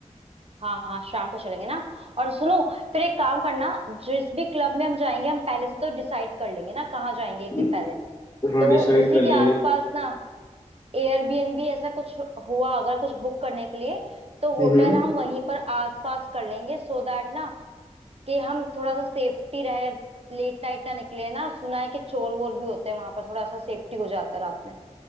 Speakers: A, on the right; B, on the left.
A: हाँ हाँ शाम को चलेंगे ना और सुनो फिर एक काम करना जिस भी क्लब में हम जाएंगे हम पहले से तो डिसाइड कर लेंगे ना कहाँ जाएंगे एक
B: हम्म
A: दिन पहले
B: हाँ
A: तो
B: डिसाइड
A: उसी
B: कर
A: के
B: लेंगे
A: आसपास ना एयरबीएनबी ऐसा कुछ हुआ अगर कुछ बुक करने के लिए तो
B: हम्म
A: होटल हम वहीं पर आसपास कर लेंगे सो दैट ना कि हम थोड़ा सा सेफ्टी रहे लेट नाइट ना निकले ना सुना है कि चोर वोर भी होते हैं वहां पर थोड़ा सा सेफ्टी हो जाता है रात में